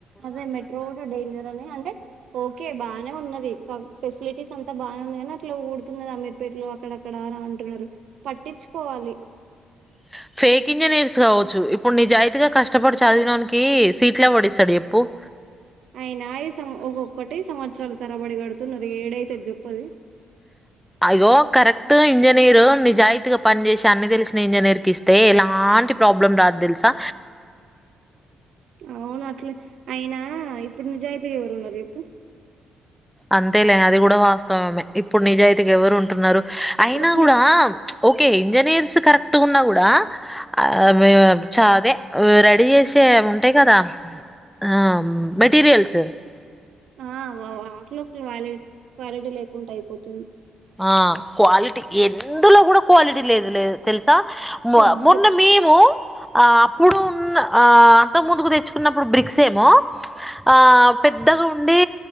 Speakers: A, on the right; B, in the centre.
A: అదే మెట్రో కూడా డేంజర్ అనే అ అంటే ఓకే బాగానే ఉన్నది ఫెసిలిటీస్ అంతా బానే ఉంది కానీ అట్లా ఊడుతున్నది అమిర్పేట్ లో అక్కడ అక్కడక్కడ అంటున్నారు పట్టించుకోవాలి
B: <unintelligible> ఫేక్ ఇంజనీర్స్ కావోచ్చు ఇప్పుడు నిజాయితీగా కష్టపడి చదివినోనికి సీట్లు ఎవడిస్తాడు చెప్పు ప్పు
A: అయినాయ సం ఒక్కోటి సంవత్సరాలు తరబడి కడుతున్నాది ఏడైతదు చెప్పది
B: <unintelligible> అయ్యో కరెక్ట్ ఇంజనీరు నిజాయితీగా పని చేసి అన్ని తెలిసిన ఇంజనీర్ క ఇస్తే ఇలా ఎలాంటి ప్రాబ్లం రాదు తెలుసా
A: అవును అట్లే అయినా ఇప్పుడు నిజాయితీగా ఎవరు ఉన్నారు చెప్పు
B: అంతేలే అది కూడా వాస్తవమే ఇప్పుడు నిజాయితీకి ఎవరు ఉంటున్నారు అయినా
A: ఇగో
B: కూడా
A: ని
B: ఓకే ఇంజనీర్స్ కరెక్ట్ కరెక్ట్ కున్నా కూడా ఆ చాదే రెడీ చేసే ఉంటాయి కదా ఆ మ్ మెటీరియల్స్
A: ఆ వాటిలో క్వాలి క్వాలిటీ లేకుంటే అయిపోతుంది
B: ఆ క్వాలిటీ ఎందులో కూడా క్వాలిటీ లేదు లే తెలుసా మ
A: ఫుడ్
B: మొన్న మేము ఆ అప్పుడు ఉన్న ఆ అంత ముందుకు తెచ్చుకున్నప్పుడు బ్రిక్స్ ఏమో ఆ పెద్దగా ఉండి